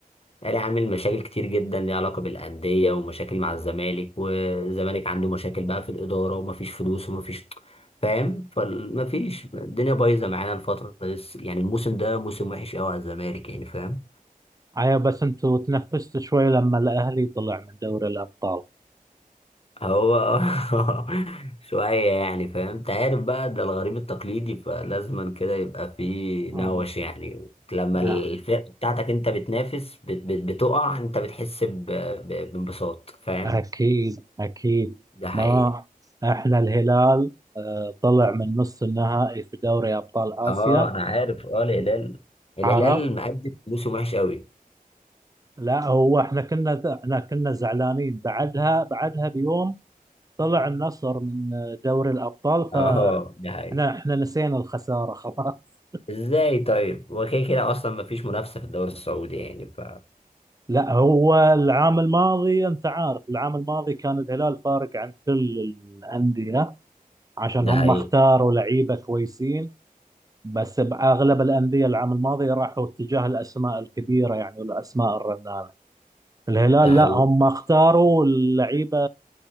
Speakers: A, on the left; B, on the right.
A: الاهلي عامل مشاكل كتير جدا ليها علاقه بالانديه ومشاكل مع الزمالك والزمالك عنده مشاكل بقى في الاداره ومفيش فلوس ومفيش فاهم فمفيش الدنيا بايظه معانا الفتره دي يعني الموسم ده موسم وحش قوي على الزمالك يعني فاهم
B: أيوة بس أنتوا تنفست شوي لما الأهلي طلع من دوري الأبطال
A: هو <laughs> شويه يعني فاهم انت عارف بقى ده الغريم التقليدي فلازما كده يبقى في
B: آه.
A: نوش يعني لما
B: آه.
A: الفرقه بتاعتك انت بتنافس بت- بت- بتقع انت بتحس ب- ب- بانبساط فاهم
B: أكيد أكيد
A: ده حقيقي
B: ما إحنا الهلال آه، طلع من نص النهائي في دوري أبطال آسيا
A: اه انا عارف اه الهلال الهلال
B: عرب
A: مقدم موسم وحش قوي
B: لا هو إحنا كنا إحنا كنا زعلانين بعدها بعدها بيوم طلع النصر من آه، دوري الأبطال
A: اه ده حقيقي
B: احنا احنا نسينا الخساره خلاص
A: ازاي طيب هو كده كده اصلا مفيش منافسه في الدوري السعودي يعني ف
B: لا هو العام الماضي انت عارف العام الماضي كان الهلال فارق عن كل الانديه عشان
A: ده
B: هم
A: حقيقي
B: اختاروا لعيبه كويسين بس باغلب الانديه العام الماضي راحوا اتجاه الاسماء الكبيره يعني والاسماء الرنانه الهلال
A: ده حقيقي
B: لا هم اختاروا اللعيبه